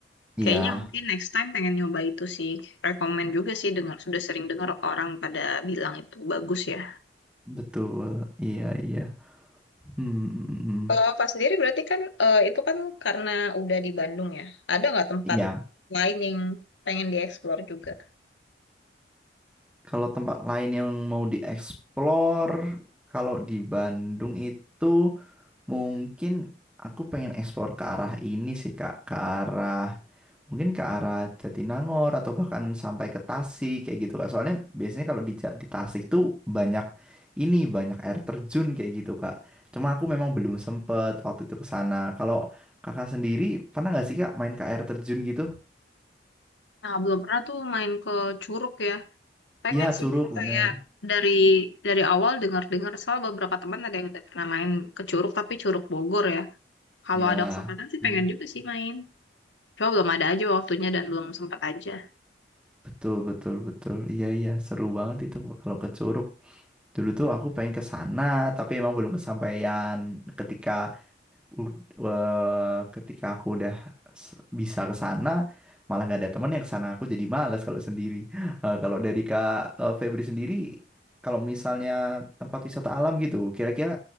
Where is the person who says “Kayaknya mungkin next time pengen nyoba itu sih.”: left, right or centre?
Left